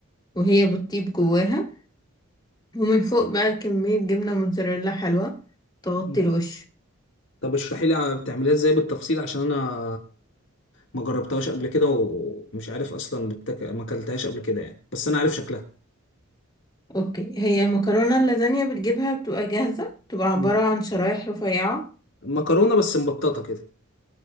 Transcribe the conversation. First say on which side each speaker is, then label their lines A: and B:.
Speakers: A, on the left (about 20°); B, on the left (about 55°).
A: وهي بتطيب جواها ومن فوق بقى كمية جبنة موتزاريلا حلوة تغطي
B: مم.
A: الوش
B: طب اشرحي لي بتعمليها ازاي بالتفصيل عشان انا ما جربتهاش قبل كده ومش عارف اصلا بتك... ما اكلتهاش قبل كده يعني بس انا عارف شكلها
A: اوكي هي مكرونة اللازانيا بتجيبها بتبقى جاهزة بتبقى عبارة
B: مم.
A: عن شرايح رفيعة
B: مكرونة بس مبططة كده